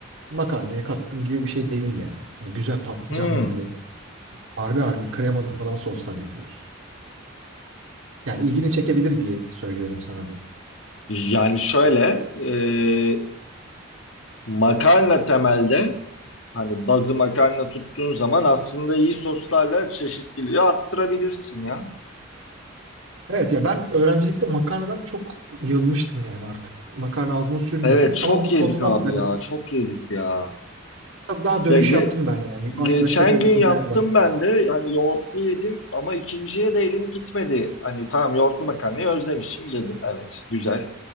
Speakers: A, on the right; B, on the left.
A: makarnaya kattım gibi bir şey değil yani. Hani güzel patlıcanlı
B: Hmm.
A: böyle harbi harbi kremalı falan soslar yapıyoruz. Yani ilgini çekebilir diye söylüyorum sana da.
B: Yani şöyle e, makarna temelde hani bazı makarna tuttuğun zaman aslında iyi soslarla çeşitliliği arttırabilirsin ya.
A: Evet ya ben öğrencilikte makarnadan çok yılmıştım yani artık. Makarna ağzıma sürmüyordum
B: Evet çok
A: ama bu
B: yedik
A: soslarla
B: abi
A: beraber
B: ya çok yedik ya.
A: biraz daha dönüş
B: Ya ge-
A: yaptım ben yani. Yavaş
B: geçen
A: yavaş tekrar
B: gün
A: ısınmaya
B: yaptım
A: bak.
B: ben de yani yoğurtlu yedim ama ikinciye de elim gitmedi. Hani tamam yoğurtlu makarnayı özlemişim yedim evet güzel